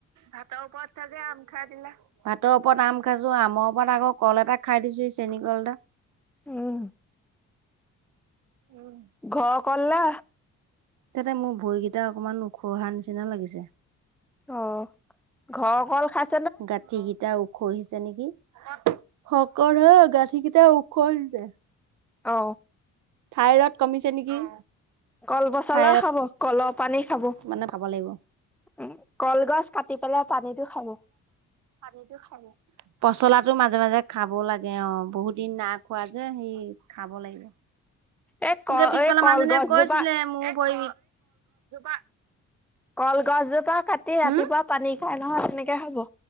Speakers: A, on the right; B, in the centre.
A: ভাতৰ ওপৰত চাগে আম খাই দিলা ভাতৰ ওপৰত আম খাইছো আমৰ ওপৰত আকৌ কল এটা খাই দিছোঁ সেই চেনিকল এটা
B: উম
A: উম
B: ঘৰৰ কল নে?
A: তাতে মোৰ ভৰিকেইটা অকনমান ওখহা নিচিনা লাগিছে
B: অ ঘৰৰ কল খাই
A: গাঁঠি কেইটাও খহিছে নেকি শকত হ গাঁঠি কেইটা ওখ হৈ যায়
B: অ
A: থাইৰড কমিছে নেকি?
B: কলপচলা
A: থাইৰড
B: খাব। কলৰ পানী খাব,
A: মানে খাব লাগিব।
B: উম কলগছ কাটি পেলাই পানীটো খাব।
A: পানীটো খাব। পচলাটো মাজে মাজে খাব লাগে, অ বহুত দিন না খোৱা যে সেই খাব লাগিব।
B: এই
A: সকে
B: ক
A: পিছফালে
B: এই কলগছজোপা
A: মানুহজনীয়ে কৈছিলে ময়ো বই <unintelligible>
B: কলগছজোপা কাটি ৰাতিপুৱা
A: হম
B: পানী খাই নহয় তেনেকে খাব।